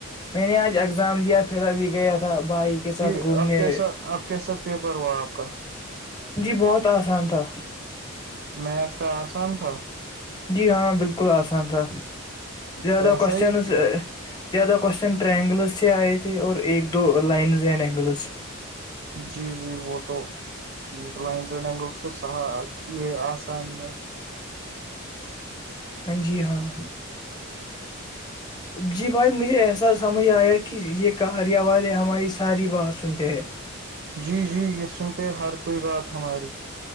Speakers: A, on the left; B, on the right.
A: میں نے آج اگزام لیا پھر ابھی گیا تھا بائک کے ساتھ
B: جی
A: گھومنے
B: اب کیسا اب کیسا پیپر ہوا آپ کا
A: جی بہت آسان تھا
B: میتھ کا آسان تھا
A: جی ہاں بالکل آسان تھا
B: ویسا
A: دہ کوشن
B: ہی
A: زیادہ کوشچن ٹر اینگلز سے آئے تھے اور ایک دو لائنز اینڈ اینگلز سے
B: جی جی وہ تو ٹھیک لائنزائنینگل تو س یہ آسانی ہے
A: ہاں جی ہاں جی بھائی مجھے ایسا سمجھ آیا کہ یہ کاری آواز ہے ہماری ساری بات سنتے ہے
B: جی جی یہ سنتے ہر کوئی بات ہماری